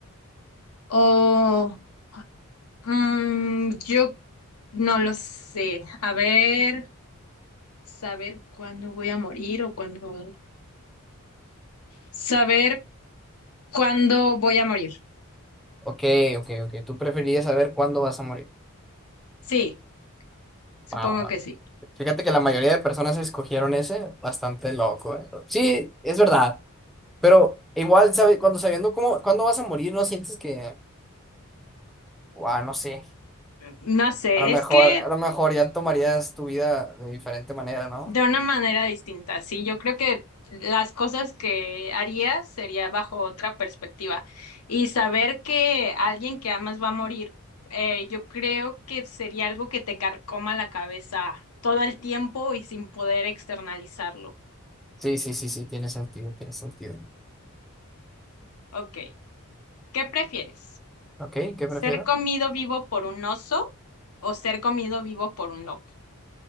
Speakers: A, on the left; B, in the centre.
A: Oh. Mm, yo no lo sé. A ver, saber cuándo voy a morir o cuándo... Saber cuándo voy a morir.
B: Ok, ok, ok. Tú preferirías saber cuándo vas a morir.
A: Sí, supongo
B: Va, va,
A: que
B: va.
A: sí.
B: Fíjate que la mayoría de personas escogieron ese, bastante loco, ¿eh? Sí, es verdad. Pero igual, sabe, cuando sabiendo cómo, cuándo vas a morir, no sientes que, wow, no sé,
A: No sé,
B: a lo mejor,
A: es que
B: a lo mejor ya tomarías tu vida de diferente manera, ¿no?
A: de una manera distinta, sí. Yo creo que las cosas que haría sería bajo otra perspectiva. Y saber que alguien que amas va a morir, eh, yo creo que sería algo que te carcoma la cabeza todo el tiempo y sin poder externalizarlo.
B: Sí, sí, sí, sí, tiene sentido, tiene sentido.
A: Ok. ¿Qué prefieres?
B: Ok, ¿qué
A: ¿Ser
B: prefiero?
A: comido vivo por un oso o ser comido vivo por un lobo?